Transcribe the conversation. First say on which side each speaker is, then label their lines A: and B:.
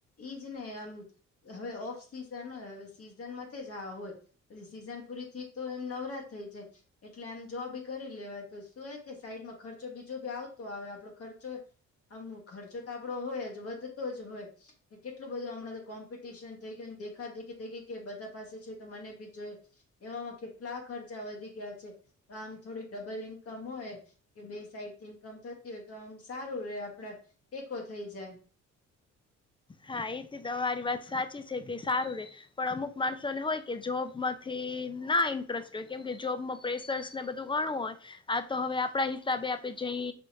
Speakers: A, on the left; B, on the left.
A: ઈઝ ને આમ. હવે ઓફ સિઝન હોય હવે સિઝન માથે જ હા હોય. પછી સીઝન પુરી થઇ તો એમ નવરા થઈ જાય. એટલે એમ જોબ કરી લેવાય તો શું હે કે સાઈડમાં ખર્ચો બીજો બી આવતો આવે આપડો ખર્ચો આમ ખર્ચો તો આપડો હોય જ વધતો જ હોય. કેટલું બધું હમણાં તો કોમ્પિટિશન થઈ ગયું ન દેખાદેખી થઈ ગઈ કે બધા પાસે છે તો મને બી જોઈએ. એવામાં કેટલા ખર્ચા વધી ગયા છે તો આમ થોડી ડબલ ઈન્કમ હોય. કે બે સાઈડ થી ઇન્કમ થતી હોય તો આમ સારું રે આપડા ટેકો થઈ જાય.
B: હા એથી તમારી વાત સાચી છે કે સારું રે. પણ અમુક માણસોને હોય કે જોબમાંથી ના ઇન્ટરેસ્ટ હોય કેમ કે જોબમાં પ્રેસર્સ ને બધું ઘણું હોય. આ તો હવે આપણા હિસાબે આપે જઈ